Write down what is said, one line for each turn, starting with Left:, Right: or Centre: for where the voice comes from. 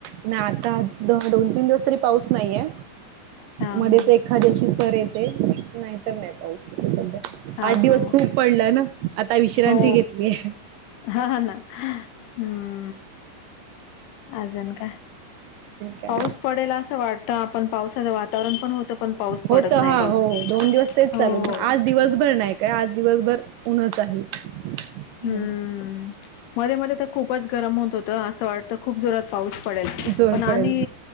Right: नाही आता आज दोन तीन दिवस तरी पाऊस नाहीये
Left: हा
Right: मध्येच
Left: हा
Right: एक एखाद्याशी सर येते नाहीतर नाही पाऊस सध्या
Left: हा
Right: आठ दिवस
Left: हा
Right: खूप पडलाय ना. आता विश्रांती
Left: हो
Right: घेतलीय.
Left: हा ह ना हम्म. अजन का
Right: काय
Left: पाऊस पडेल असं वाटतं आपण पावसाचं वातावरण पण होत पण पाऊस.
Right: होत
Left: पडत
Right: हा
Left: नाही बघा
Right: हो दोन दिवस तेच
Left: हो
Right: चालवत पण आज दिवसभर नाही काय आज दिवसभर उनच आहे. हो.
Left: हम्म मध्ये मध्ये तर खूपच गरम होत होत असं वाटत खूप जोरात पाऊस पडेल
Right: जोर
Left: पण आणि
Right: पडेल